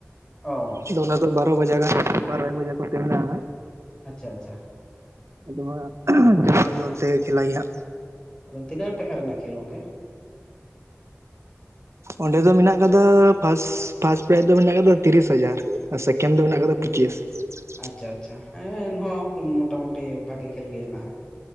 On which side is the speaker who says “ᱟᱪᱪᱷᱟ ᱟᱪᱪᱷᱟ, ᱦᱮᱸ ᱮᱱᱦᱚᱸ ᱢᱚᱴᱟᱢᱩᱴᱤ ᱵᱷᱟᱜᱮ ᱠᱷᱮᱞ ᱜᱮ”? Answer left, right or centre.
Left